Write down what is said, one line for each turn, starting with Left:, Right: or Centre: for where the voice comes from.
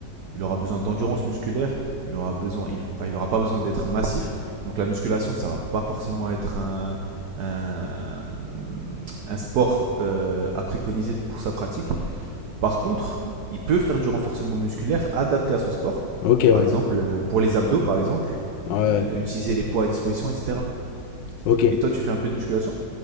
Right: il aura besoin d'endurance musculaire, il aura besoin, il, enfin, il aura pas besoin d'être massif. Donc la musculation, ça va pas forcément être un, un, un sport euh, à préconiser pour sa pratique. Par contre, il peut faire du renforcement musculaire adapté à son sport.
Left: Ok, ouais.
Right: Par exemple, euh, pour les abdos, par exemple,
Left: Ouais, ouais.
Right: euh, utiliser les poids à disposition, etc.
Left: ok.
Right: Et toi, tu fais un peu de musculation